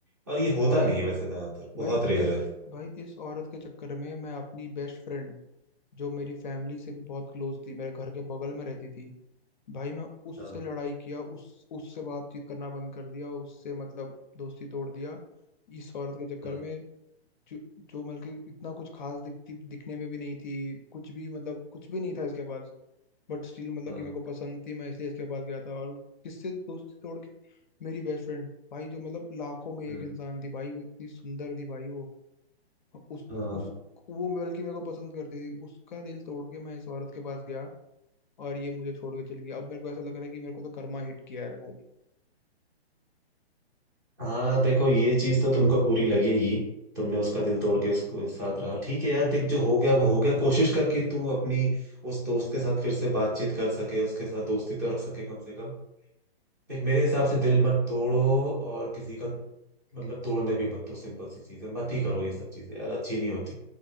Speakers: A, on the right; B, on the left.
A: और ये होता
B: भाई
A: नहीं है वैसे ज्यादातर बहुत
B: भाई
A: रेयर
B: इस
A: है
B: भाई इस औरत के चक्कर में मैं अपनी बेस्ट फ्रेंड जो मेरी फैमिली से भी बहुत क्लोज थी मेरे घर के बगल में रहती थी भाई मैं उससे
A: हाँ
B: लड़ाई किया उस उससे बातचीत करना बंद कर दिया उससे मतलब दोस्ती तोड़ दिया इस औरत के चक्कर
A: हाँ
B: में जो जो मतलब इतना कुछ खास दिखती दिखने में भी नहीं थी कुछ भी मतलब कुछ भी नहीं था इसके पास बट स्टिल मतलब
A: हाँ
B: कि मेरे को पसंद थी मैं इसलिए इसके पास गया था और किससे दोस्ती तोड़ के मेरी बेस्ट फ्रेंड भाई जो मतलब लाखों में एक
A: हम्म,
B: इंसान थी भाई वो इतनी सुंदर थी भाई वो उस
A: हाँ
B: उस वो बल्कि मेरे को पसंद करती थी उसका दिल तोड़ के मैं इस औरत के पास गया और ये मुझे छोड़ के चली गई अब मेरे को ऐसा लग रहा है कि मेरे को तो कर्मा हिट किया है भाई
A: हाँ, देखो ये चीज तो तुमको बुरी लगेगी तुमने उसका दिल तोड़ के इसको इस साथ रहा ठीक है यार देख जो हो गया वो हो गया कोशिश कर कि तू अपनी उस दोस्त के साथ फिर से बातचीत कर सके उसके साथ दोस्ती तो रख सके कम से कम देख मेरे हिसाब से दिल मत तोड़ो और किसी का मतलब तोड़ने भी मत दो सिंपल सी चीज है मत ही करो ये सब चीजें यार अच्छी नहीं होती